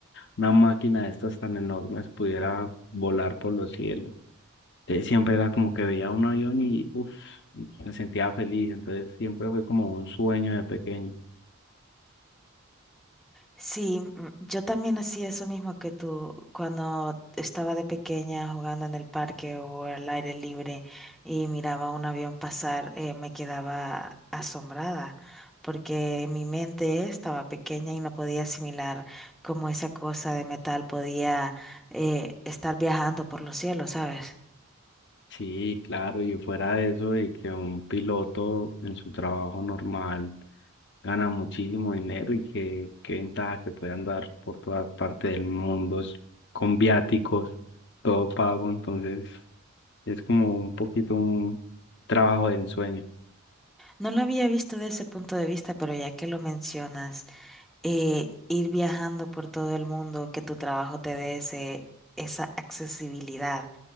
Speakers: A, on the left; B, in the centre.
A: una máquina de estas tan enormes pudiera volar por los cielos. Entonces siempre era como que veía un avión y uf, me sentía feliz. Entonces siempre fue como un sueño de pequeño.
B: Sí, mm, yo también hacía eso mismo que tú cuando estaba de pequeña jugando en el parque o al aire libre y miraba un avión pasar, eh, me quedaba asombrada porque mi mente estaba pequeña y no podía asimilar cómo esa cosa de metal podía eh, estar viajando por los cielos, ¿sabes?
A: Sí, claro, y fuera de eso, y que un piloto en su trabajo normal gana muchísimo dinero y que qué ventaja que puede andar por todas partes del mundo es- con viáticos, todo pago, entonces es como un poquito un trabajo de ensueño.
B: No lo había visto desde ese punto de vista, pero ya que lo mencionas, eh, ir viajando por todo el mundo, que tu trabajo te dé ese, esa accesibilidad